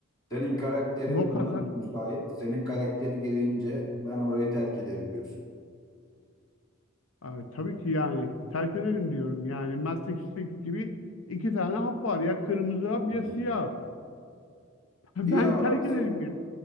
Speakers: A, on the left; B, on the left.
A: senin karakterin
B: bok
A: buna
B: atar.
A: müsait. Senin karakteri gereğince ben orayı terk ederim diyorsun.
B: Ay, tabii ki yani terk edelim diyorum. Yani Matrix'teki gibi iki tane hap var. Ya kırmızı hap
A: Hı
B: ya
A: hı.
B: siyah hap. <laughs> Ben
A: İyi abi
B: terk ederim
A: senin
B: yani.